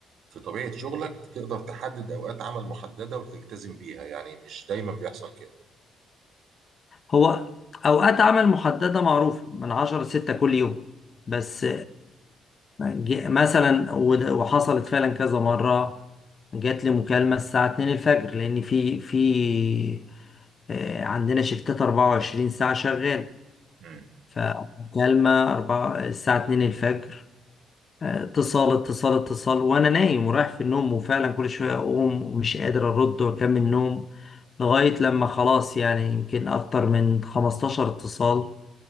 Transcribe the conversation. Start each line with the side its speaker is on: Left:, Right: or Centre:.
Right: في طبيعة شغلك تقدر تحدد أوقات عمل محددة وتلتزم بيها يعني مش دايما بيحصل كده
Left: هو اوقات عمل محددة معروفة من عشرة لستة كل يوم بس جه- مثلا ود- وحصلت فعلا كذا مرة جات لي مكالمة الساعة 2 الفجر لأن في في آه، عندنا شفتات 24 ساعة شغال
Right: مم.
Left: فمكالمة أربعة الساعة 2 الفجر آه، اتصال اتصال اتصال وأنا نايم ورايح في النوم وفعلا كل شوية أقوم ومش قادر أرد وأكمل نوم لغاية لما خلاص يعني يمكن أكتر من 15 اتصال